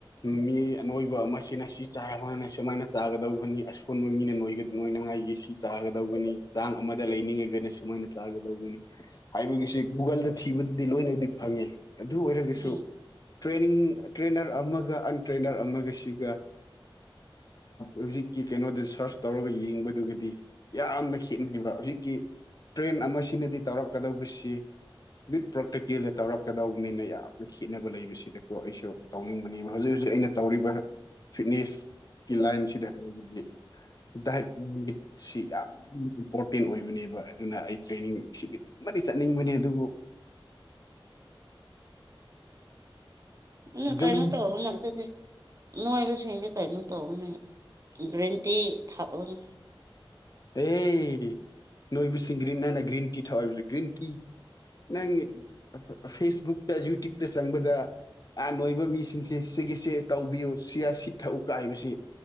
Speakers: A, on the left; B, on the right.
A: ꯃꯤ ꯑꯅꯣꯏꯕ ꯑꯃꯁꯤꯅ ꯁꯤ ꯆꯥꯔꯕ ꯍꯥꯏꯅ ꯁꯨꯃꯥꯏꯅ ꯆꯥꯒꯗꯧꯕꯅꯤ ꯑ ꯑꯨꯟꯕ ꯃꯤꯅ ꯅꯣꯏꯅꯉꯥꯏꯒꯤ ꯁꯤ ꯆꯥꯒꯗꯧꯕꯅꯤ ꯆꯥꯡ ꯑꯃꯗ ꯂꯩꯅꯤꯡꯉꯒꯅ ꯁꯨꯃꯥꯏꯅ ꯆꯥꯒꯗꯕꯨꯅꯤ ꯍꯥꯏꯕꯒꯤꯁꯤ ꯒꯨꯒꯜꯗ ꯊꯤꯕꯗꯗꯤ ꯂꯣꯏꯅꯕꯨꯗꯤ ꯐꯪꯉꯦ ꯑꯗꯨ ꯑꯣꯏꯔꯒꯁꯨ
B: ꯎꯝ
A: ꯇ꯭ꯔꯦꯅꯤꯡ ꯇ꯭ꯔꯦꯅꯔ ꯑꯃꯒ ꯑꯟꯇ꯭ꯔꯦꯅꯔ ꯑꯃꯒꯁꯤꯒ ꯍꯧꯖꯤꯛꯀꯤ ꯀꯩꯅꯣꯗꯨ ꯁꯔꯁ ꯇꯧꯔꯒ ꯌꯦꯡꯕꯗꯨꯒꯗꯤ ꯌꯥꯝꯅ ꯈꯤ ꯍꯧꯖꯤꯛꯀꯤ ꯇ꯭ꯔꯦꯟ ꯑꯃꯁꯤꯅꯗꯤ ꯇꯧꯔꯛꯀꯗꯧꯕꯁꯤ ꯃꯤꯠ ꯄ꯭ꯔꯥꯛꯇꯤꯀꯦꯜꯗ ꯇꯧꯔꯛꯀꯗꯧꯕꯅꯤꯅ ꯌꯥꯝꯅ ꯈꯦꯠꯅꯕ ꯂꯩꯕꯁꯤꯗꯀꯣ ꯑꯩꯁꯨ ꯇꯧꯅꯤꯡꯕꯅꯦꯕ ꯍꯧꯖꯤꯛ ꯍꯧꯖꯤꯛ ꯑꯩꯅ ꯇꯧꯔꯤꯕ ꯐꯤꯠꯅꯦꯁꯀꯤ ꯂꯥꯏꯟꯁꯤꯗ ꯍꯥꯏꯔꯒꯗꯤ ꯁꯤ ꯌꯥꯝ ꯏꯝꯄꯣꯔꯇꯦꯟ ꯑꯣꯏꯕꯅꯦꯕ ꯑꯗꯨꯅ ꯑꯩ ꯇ꯭ꯔꯦꯅꯤꯡ ꯁꯤꯒꯤ ꯃꯇꯤ ꯆꯠꯅꯤꯡꯕꯅꯦ ꯑꯗꯨꯕꯨ
B: ꯎꯅ
A: ꯖꯨꯝ
B: ꯀꯥꯏꯅꯇ ꯍꯅ ꯑꯗꯨꯗꯤ ꯅꯣꯏꯕꯁꯤꯡꯗꯤ ꯀꯩꯅꯣ ꯇꯧꯔꯅꯦ ꯒꯔꯦꯟꯇꯤ ꯊꯥꯛꯎꯅ
A: ꯑꯦ ꯅꯣꯏꯕꯨꯁꯤꯡ ꯒ꯭ꯔꯤꯟ ꯅꯥꯏꯅ ꯒ꯭ꯔꯤꯟ ꯇꯤ ꯊꯧꯏꯕꯁꯤ ꯒ꯭ꯔꯤꯟ ꯇꯤ ꯅꯪ ꯐꯦꯁꯕꯨꯛ ꯇ ꯌꯨꯇꯨꯕꯇ ꯆꯪꯕꯗ ꯑ ꯅꯣꯏꯕ ꯃꯤꯁꯤꯡꯁꯦ ꯁꯤꯒꯤꯁꯤꯦ ꯇꯧꯕꯤꯌꯨ ꯁꯤꯌꯥ ꯁꯤ ꯊꯛꯎ ꯀ ꯍꯥꯏꯕꯁꯤ